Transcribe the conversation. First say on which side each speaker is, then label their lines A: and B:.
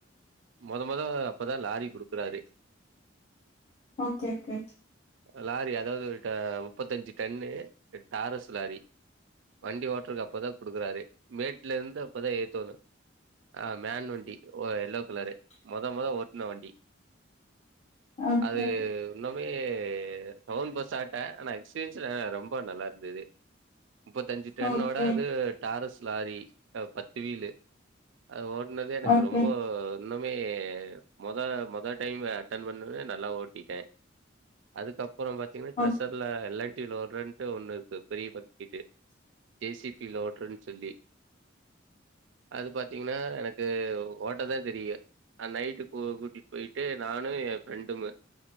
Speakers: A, on the right (about 75°); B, on the left (about 35°).
A: மொத மொத அப்பதா லாரி குடுக்குறாரு
B: ஓகே ஓகே
A: லாரி அதாவது ட முப்பத்தஞ்சி டன்னு டாரஸ் லாரி வண்டி ஓட்டர்க்கு அப்பதா குடுக்கறாரே மேட்லருந்து அப்பதா எய்த் வந்த ஆ மேன் வண்டி ஒ எல்லோ கலரு மொத மொத ஓட்ன வண்டி
B: ஓகே ஓகே
A: அது உன்னு மே டவுன் பஸ் ஆட்ட ஆனா எக்ஸ்பீரியன்ஸ் ர ரொம்ப நல்லா இருந்தது முப்பத்தஞ்சி டன்
B: ஓகே
A: அவர்
B: ஓகே
A: து டாரஸ் லாரி பத்து வீலு அது ஓட்னதே எனக்கு
B: ஓகே
A: ரொம்போ உன்னமே மொத மொத டைமு அட்டன் பண்ணவே நல்லா ஓட்டிட்ட அதுக்கப்றோ பாத்தீங்கனா க்ரெஷர்ல
B: ஓகே
A: எல்லன்டில வோறன்ட்டு ஒண்ணு இருக்கு பெரிய பக்கிட்டு ஜே சி பி ல ஓட்ரன் சொல்லி அது பாத்தீங்கனா எனக் கு ஓட்டதா தெரியு அ நைட்டுக்கு கூட்டிட் போய்ட்டு நானு எ ஃப்ரெண்டுமு